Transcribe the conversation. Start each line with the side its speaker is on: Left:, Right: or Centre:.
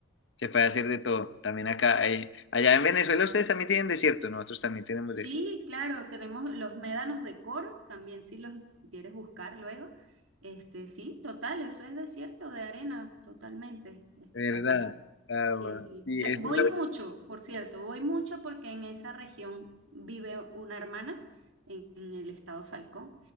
Left: se puede hacer de todo. También acá, eh, allá en Venezuela ustedes también tienen desierto, nosotros también tenemos
Right: sí,
Left: desierto.
Right: claro, tenemos los médanos de Coro, también si los quieres buscar luego. Este, sí, total, eso es desierto de arena, totalmente espectacular.
Left: ¿Verdad? Ah,
Right: Sí,
Left: guau.
Right: sí.
Left: Y
Right: La-
Left: eso
Right: voy
Left: es lo...
Right: mucho, por cierto, voy mucho porque en esa región vive una hermana en, en el estado Falcón.